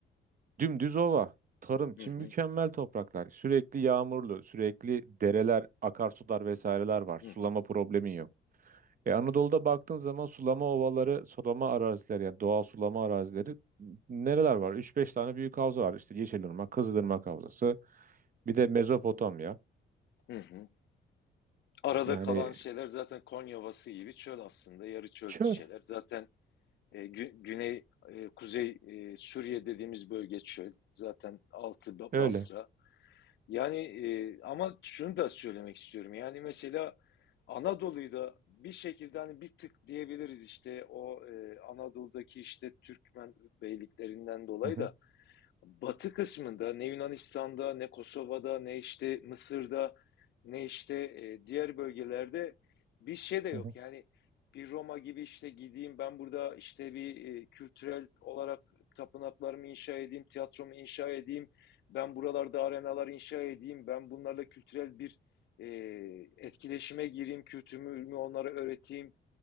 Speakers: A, on the right (about 45°); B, on the left (about 60°).
A: Dümdüz ova. Tarım için
B: hı,
A: mükemmel topraklar. Sürekli yağmurlu, sürekli dereler, akarsular vesaireler var. Sulama
B: hı hı,
A: problemin yok. E Anadolu'da baktığın zaman sulama ovaları, sulama arazileri yani doğal sulama arazileri nereler var? Üç-beş tane büyük havza var. İşte Yeşilırmak, Kızılırmak Havzası, bir de Mezopotamya.
B: hı hı. Arada
A: Yani
B: kalan şeyler zaten Konya Ovası gibi çöl aslında. Yarı çöl
A: Şöyle.
B: şeyler. Zaten e, gü- güney, e, kuzey e, Suriye dediğimiz bölge çöl. Zaten altı Ba-
A: Öyle.
B: Basra. Yani e, ama şunu da söylemek istiyorum. Yani mesela Anadolu'yu da bir şekilde hani bir tık diyebiliriz işte o e, Anadolu'daki işte Türkmen beyliklerinden dolayı
A: Hı hı,
B: da Batı kısmında ne Yunanistan'da ne Kosova'da ne işte Mısır'da ne işte e, diğer bölgelerde bir şey de yok.
A: hı hı,
B: Yani bir Roma gibi işte gideyim ben burada işte bir e, kültürel olarak tapınaklarımı inşa edeyim, tiyatromu inşa edeyim, ben buralarda arenalar inşa edeyim, ben bunlarla kültürel bir e, etkileşime gireyim, kültürümü onlara öğreteyim